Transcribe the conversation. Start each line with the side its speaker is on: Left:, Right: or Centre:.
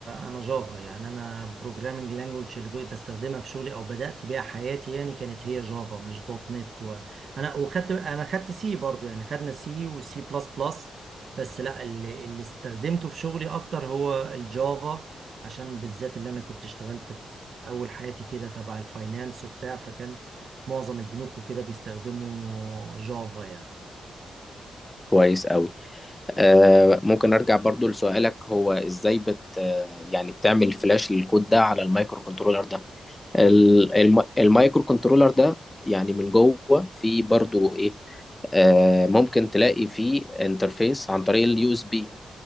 Right: انا جافا يعني انا بروجرامنج لانجوج اللي كنت بستخدمها في شغلي او بدات بيها حياتي يعني كانت هي جافا مش دوت نت و... انا وخدت انا خدت سي برضو يعني خدنا سي وسي بلس بلس بس لا اللي, اللي استخدمته في شغلي اكتر هو الجافا عشان بالذات اللي انا كنت اشتغلت في اول حياتي كده تبع الفاينانس وبتاع فكان معظم البنوك وكده بيستخدموا جافا يعني
Left: كويس قوي آه ممكن ارجع برضو لسؤالك هو ازاي بت آه، يعني بتعمل فلاش للكود ده على المايكرو كنترولر ده ال-
Right: فاهم؟
Left: الم- المايكرو كنترولر ده يعني من جوه فيه برضو ايه آه ممكن تلاقي فيه انترفيس عن طريق اليو اس بي